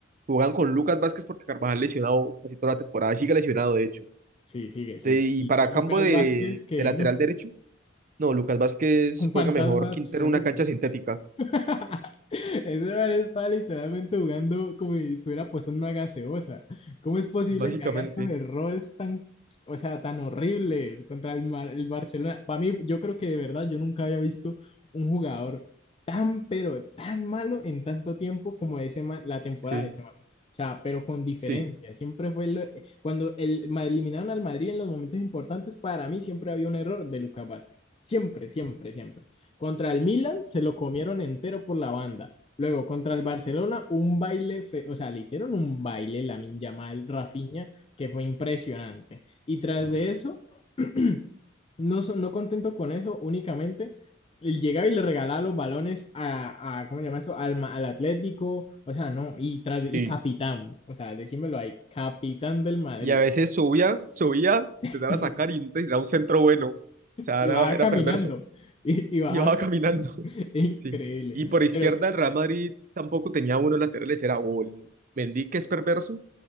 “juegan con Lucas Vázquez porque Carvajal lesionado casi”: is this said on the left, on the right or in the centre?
Right